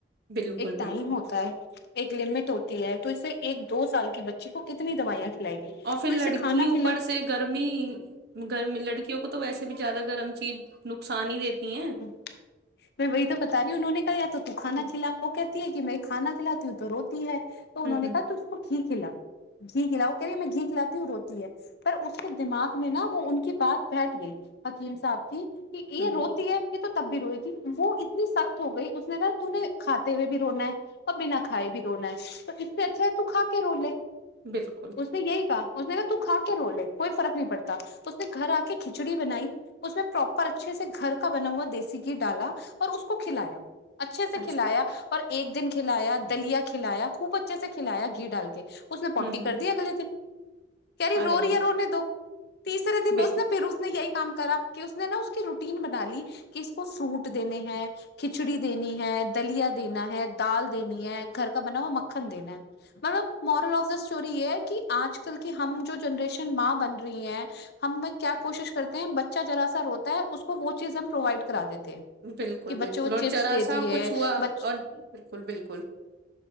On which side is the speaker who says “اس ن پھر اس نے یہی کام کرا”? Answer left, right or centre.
Left